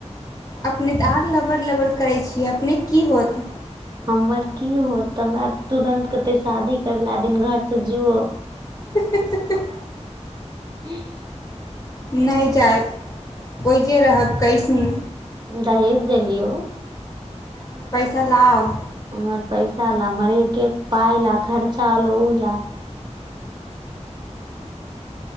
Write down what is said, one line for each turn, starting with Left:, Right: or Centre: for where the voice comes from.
Left: अपने तऽ आर लबड़ लबड़ करै छियै अपनेक की होत
Right: हमर की होत तऽ हमरा तुरन्त कहतै शादी के अगिला दिन घर से जो
Left: ही ही <inaudible> ही
Right: ह <inaudible>
Left: नहि जायब ओहिजे रहब कैसहु
Right: दहिीज देली ओ
Left: मे पैसा लाउ
Right: हमर पैसा ला हमर एक एक पाय ला खर्चा होल ओ ला